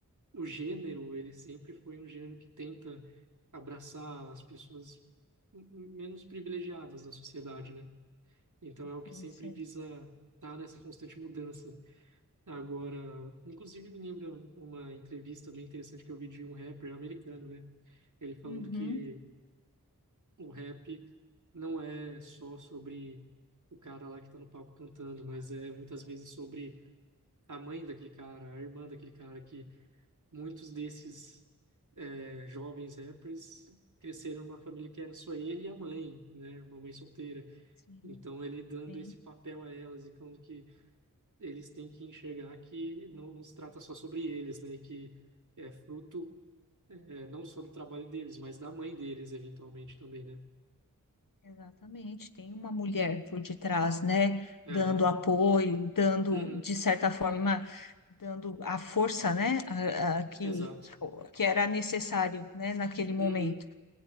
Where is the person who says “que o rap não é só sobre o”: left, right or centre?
Right